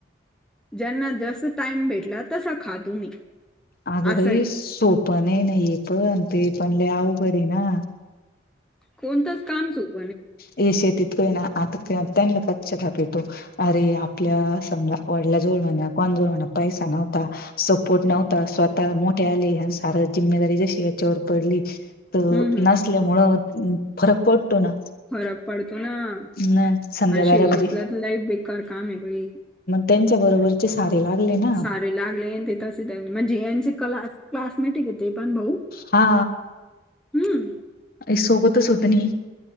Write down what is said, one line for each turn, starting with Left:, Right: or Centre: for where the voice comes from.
Centre: ज्यांना जस टाइम भेटला तसा खा तुम्ही.
Left: अगं
Centre: असं
Left: बाई
Centre: आहे
Left: सोप नाही ना, हे पण ते पण लई अवघड आहे ना.
Centre: कोणतच काम सोपं नाही.
Left: ये शेतीत कय ना आता त्यांना पश्चाताप येतो अरे आपल्या समजा वडलाजवळ म्हणा कोंजवळ पैसा नव्हता, सपोर्ट नव्हता स्वतः मोठे झाले आणि सारी जिम्मेदारी जशी याच्यावर पडली. तर
Centre: हम्म हम्म
Left: नासल्यामुळं फरक पडतो ना.
Centre: फरक पडतो ना
Left: न समजा बराबरी
Centre: शेतीसला तर लई बेक्कार काम आहे बई
Left: त्यांचा बरोबर चे सारे लागले ना
Centre: सारे लागले ते तस म्हणजे यांचे क्ला क्लासमेंट ते पण भाऊ
Left: हा
Centre: हम्म.
Left: सोबतच होते नी